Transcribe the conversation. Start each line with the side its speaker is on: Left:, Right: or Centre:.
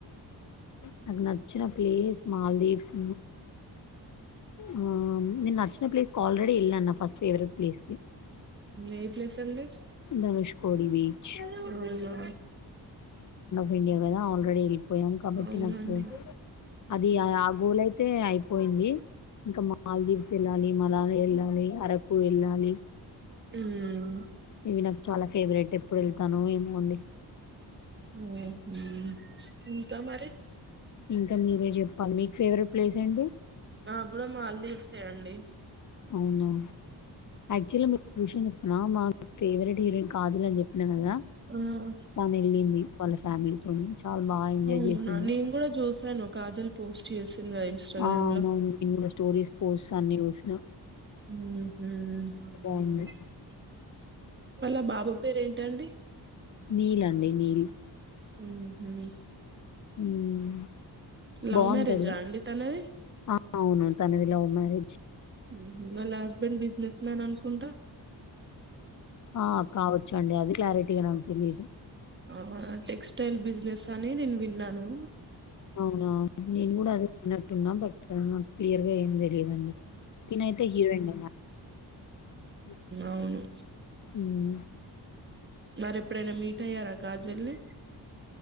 Left: నాకు నచ్చిన ప్లేస్ మాల్దీవ్స్ ఆ నిను నచ్చిన ప్లేస్ కు ఆల్్రెడి ఇల్ అన్న ఫస్ట్ ఫవరెట్ ప్లేస్కె
Right: ఏ ప్లేస్ అండి
Left: ధనుష్కోడి బీచ్.
Right: అవునా
Left: ఏం లేదు గదా అల్రేడి వెళ్ళిపోయం కాబట్టి
Right: అవునండి
Left: నాకు అది ఆ గోల్ అయితే అయిపోయింది. ఇంకా మాల్దీవ్స్ వెళ్ళాలి మళ్ల మళ్ళీ ఎళ్ళాలి అరకు ఎళ్ళాలి.
Right: ఉమ్
Left: వీళ్ళకు చాలా ఫేవరెట్ ఎప్పుడు వెళ్తానో ఏమో అండి.
Right: హ్మ్ హు ఇంక మరి
Left: ఇంకా మీరే చెప్పాలి మీకు ఫేవరెట్ ప్లేస్ ఏంటి
Right: నాకు కూడా మాలు తీసేయండి
Left: అవునా యాక్చువల్లీ మీరుూష చెప్పిన మాకు ఫేవరెట్ హీరోయిన్ కాజిల్ అని చెప్పి కదా
Right: ఆ ఆ
Left: తాను వెళ్ళింది వాళ్ళ ఫ్యామిలీ త చాలా బాగా ఎంజాయ్
Right: అవునా
Left: చేసింది
Right: నేను కూడా చూసాను కాజల్ పోస్ట్ చేసింది కదా ఇన్స్టాగ్రామ్
Left: ఆ అవునవును
Right: లో
Left: ఇం స్టోరీస్ పో తన్ని జూసిన
Right: మ్మ్ హు <unintelligible>
Left: బాగుంది
Right: ఆలా బాబు పేరేంటండి?
Left: నీల్ అండి నీల్
Right: హ్మ్ హు అ
Left: ఉమ్,
Right: లవ్
Left: బాగుంటాడు
Right: మ్యారేజా అండి తనది.
Left: ఆ! అవును. తనది లవ్ మ్యారేజ్
Right: మ్మ్ హు వాళ్ళ హస్బెండ్ బిజినెస్ మ్యాన్ అనుకుంటా!
Left: ఆ కావచ్చు అండి అది క్లారి టిగా నాకు తెలియదు.
Right: అవునా టెక్స్టైల్ బిజినెస్ అని నేను విన్నాను.
Left: అవునా నేను కూడ అదే <unintelligible> టున్న బట్ క్లియర్ గా ఏం తెలియదండి. తినైతే హీరోయిన్ <inaudible>
Right: అవును
Left: మ్మ్
Right: మరి ఎప్పుడైనా మీట్ అయ్యారా కాజల్నీ.